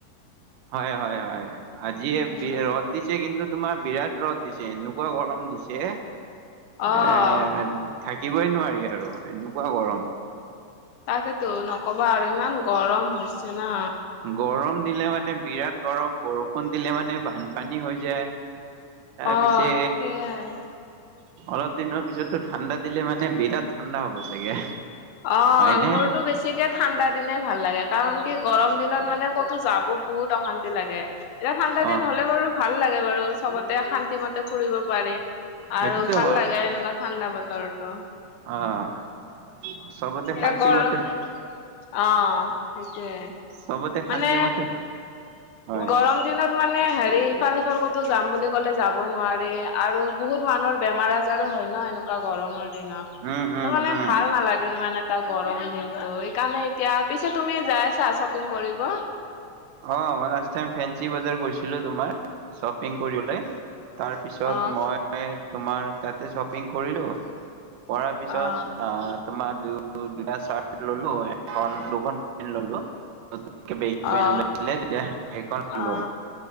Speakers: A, on the right; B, on the left.
A: হয় হয় হয়। আজি
B: উম
A: এ বি ৰ'দ দিছ দিছে। কিন্তু তোমাৰ বিৰাট ৰ'দ দিছে এনেকুৱা গৰম দিছে।
B: অ'।
A: এ থাকিবই নোৱাৰি আৰু এনেকুৱা গৰম।
B: তাকেতো নক'বা আৰু ইমান গৰম হৈছে না।
A: গৰম দিলে মানে বিৰাট গৰম, বৰষুণ দিলে মানে বানপানী হৈ যে। তাৰপিছে,
B: অ সেইয়াই
A: অলপ দিনৰ পিছতো ঠাণ্ডাত দিলে মানে বিৰাট ঠাণ্ডা হ'ব চাগে।
B: অ',
A: হয়নে?
B: মোৰতো বেছিকে ঠাণ্ডা দিনে ভাল লাগে, কাৰণ কি গৰম দিনত মানে ক'তো যাব বহুত অশান্তি লাগে। এতিয়া ঠাণ্ডা
A: অ',
B: দিন হ'লে বাৰু ভাল লাগে বাৰু। চ'বতে শান্তি মতে ফুৰিব পাৰি।
A: সেইটোতো
B: আৰু ভাল
A: হয়
B: লাগে, এনেকুৱা ঠাণ্ডা বতৰটো।
A: অ'। চবতে শান্তিমতে
B: এ গৰম। অ, সেইটোয়ে।
A: চবতে শান্তিমতে
B: মানে
A: হয়,
B: গৰম দিনত মানে হেৰি ইফাল-সিফাল ক'তো যাম বুলি ক'লে যাব নোৱাৰি, আৰু বহুত মানুহৰ বেমাৰ আজ জাৰো হয় ন', এনেকুৱা গৰমৰ দিনত।
A: উম, উম।
B: ত', মানে
A: উম।
B: ভাল নালাগে ইমান এটা গৰম দিনতটো ইকাৰণে এতিয়া। পিছে তুমি যায় আছা শ্বপিং কৰিব?
A: অ, মই লাষ্ট টাইম ফেঞ্চি বজাৰ গৈছিলো তোমাৰ। চব পিং কৰিলে। তাৰপিছত
B: অ
A: মই তোমাৰ তাতে শ্বপিং কৰিলোঁ। পঢ়াৰ পিছত
B: অ
A: আ তোমাৰ দু দুটা চাৰ্ট ল'লো। এখন দুখন পেন ল'লো। বেগী পেন
B: অ
A: লাইছিলে তেতিয়া সেইখন ল'লো।
B: অ